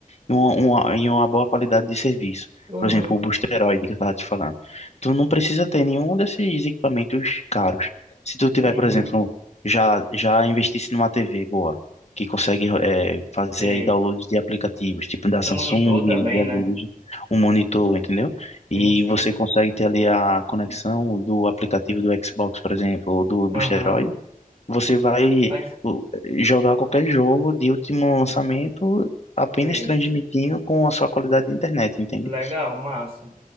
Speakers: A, on the left (about 50°); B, on the right (about 40°).
A: e uma, uma- e uma boa qualidade de serviço.
B: Uhum,
A: Por exemplo, o Boosteroid que eu estava te falando tu não precisa ter nenhum desses equipamentos caros. Se tu tiver,
B: uhum,
A: por exemplo, já já investisse numa TV boa, que consegue eh, fazer
B: sei.
A: aí downloads de aplicativos, tipo da
B: Um
A: Samsung,
B: monitor também,
A: da LG,
B: né?
A: um monitor, entendeu? E
B: Sim, sim.
A: você consegue ter ali a conexão do aplicativo do Xbox, por exemplo, ou do Boosteroid.
B: Aham,
A: Você vai
B: mas
A: o, jogar qualquer jogo de último lançamento apenas
B: sei.
A: transmitindo com a sua qualidade de internet, entende?
B: Legal, massa.